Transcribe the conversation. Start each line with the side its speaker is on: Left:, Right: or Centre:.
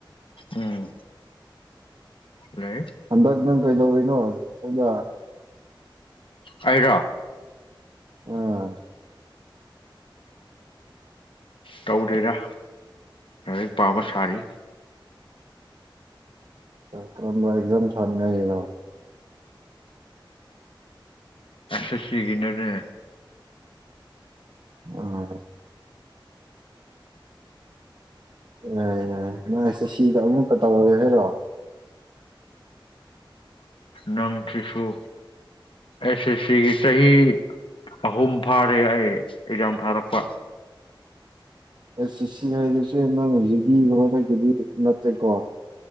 Left: ꯎꯝ ꯂꯩ
Right: ꯑꯗꯥꯖ ꯀ ꯀꯩꯗ ꯅꯣ ꯁꯗ
Left: ꯍꯥꯏꯔ
Right: ꯑꯥ
Left: ꯇꯧꯗꯦꯔꯥ ꯂꯥꯏꯔꯤꯛ ꯄꯥꯕ ꯁꯥꯔꯤ
Right: ꯀꯔꯝꯕ ꯑꯦꯛꯖꯥꯝ ꯊꯥꯟꯉꯥꯏꯅꯣ
Left: ꯑꯁ ꯁꯤꯒꯤꯅꯅꯦ
Right: ꯑ ꯑꯦ ꯅꯥꯏꯁꯦ ꯁꯤꯗ ꯑꯃꯨꯛꯀ ꯇꯧꯔꯒꯦ ꯍꯥꯏꯔꯣ
Left: ꯅꯪ ꯁꯤꯁꯨ ꯑꯦꯁꯦ ꯁꯤꯒꯤ ꯆꯍꯤ ꯆꯍꯤ ꯑꯍꯨꯝ ꯐꯥꯔꯦ ꯑꯩ ꯑꯦꯛꯖꯥꯝ ꯊꯥꯔꯛꯄ
Right: ꯑꯦꯁ ꯁꯤ ꯁꯤ ꯍꯥꯏꯔꯤꯁꯦ ꯅꯪ ꯍꯧꯖꯤꯛꯇꯤ ꯀꯀꯤꯗꯤ ꯅꯠꯇꯦꯀꯣ